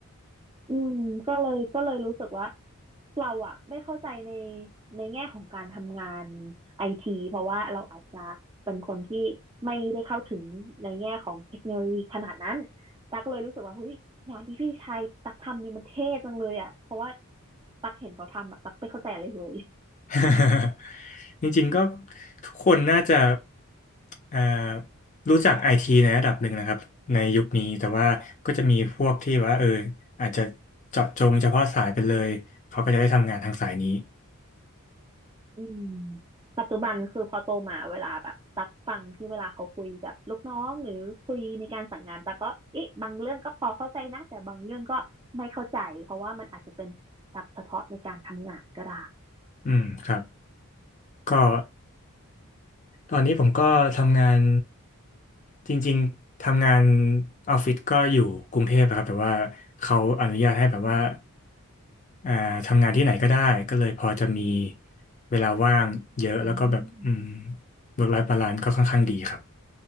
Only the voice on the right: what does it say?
อืมก็เลยก็เลยรู้สึกว่า เราอะไม่เข้าใจในในแง่ของการทำงานไอทีเพราะว่าเราอาจจะเป็นคนที่ไม่ได้เข้าถึงในแง่ของเทคโนโลยีขนาดนั้นตักเลยรู้สึกว่าเฮ้ยงานที่พี่ชายตักทำนี่มันเท่จังเลยอะเพราะว่าตักเห็นเขาทำอะตักไม่เข้าใจอะไรเลย
อืมปัจจุบันคือพอโตมาเวลาแบบตักฟังที่เวลาเขาคุยกับลูกน้องหรือคุยในการสั่งงานตักก็เอ๊ะบางเรื่องก็พอเข้าใจนะแต่บางเรื่องก็ไม่เข้าใจเพราะว่ามันอาจจะเป็นศัพท์เฉพาะในการทำงานก็ได้
อืม